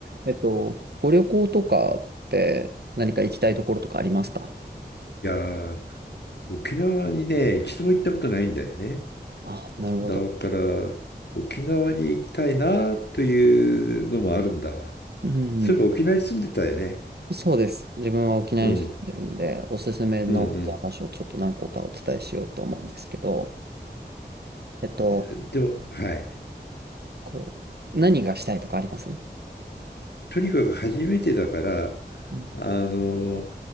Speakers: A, on the right; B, on the left.
A: えっと、ご旅行とかって何か行きたいところとかありますか
B: いやー、沖縄にね、一度も行ったことないんだよね。
A: あ、なるほど。
B: だから、沖縄に行きたいなというのもあるんだわ。
A: うんう
B: そういえば沖縄に住んでたよね。
A: ん。そうです。自分は沖縄に住んでるんで、
B: うん、
A: おすすめのじゃあ場所をちょっと何個かお伝えしようと思うんですけど、
B: うん、
A: えっと、
B: うん。でも、はい。
A: こう、何がしたいとかあります
B: とにかく初めてだから、
A: うん
B: あの